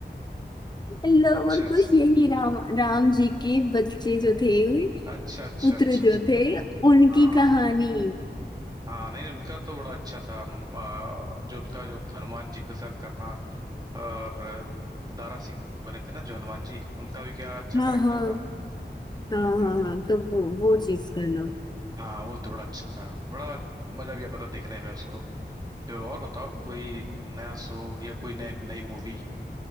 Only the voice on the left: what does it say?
<laughs> लव
और
कुश यही राम राम जी के बच्चे जो थे
पुत्र
जो थे उनकी
कहानी
हाँ
हाँ
हाँ
हाँ हाँ तो वो वो चीज करना